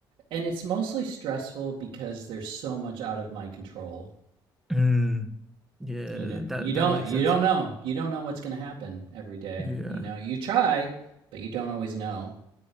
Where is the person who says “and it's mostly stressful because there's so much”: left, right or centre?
Right